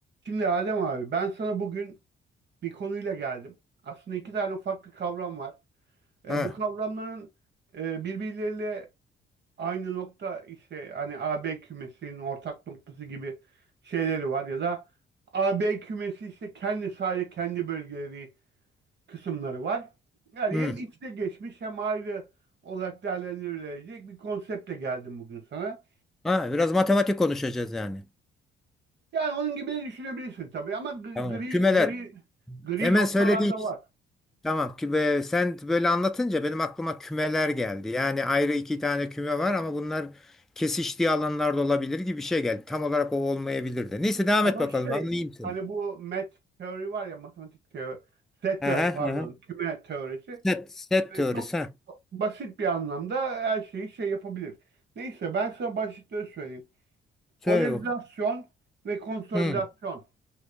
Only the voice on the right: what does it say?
Şimdi Adem abi ben sana bugün bir konuyla geldim. Aslında iki tane farklı kavram var. E,
bu kavramların e, birbirleriyle aynı nokta işte hani A B kümesinin ortak noktası gibi şeyleri var ya da A B kümesi işte kendi sadece kendi bölgeleri kısımları var. Yani
hem içte geçmiş hem ayrı olarak değerlendirilecek bir konseptle geldim bugün sana.
Yani onun gibi de düşünebilirsin tabii ama gri
gri
gri, gri
noktalar
da
var.
Ama
şey
hani bu met teori var ya matematik teori, set
teori pardon
küme teorisi
e,
çok
basit bir anlamda her şeyi şey yapabilir. Neyse ben sana başlıkları söyleyeyim.
Polarizasyon
ve konsolidasyon.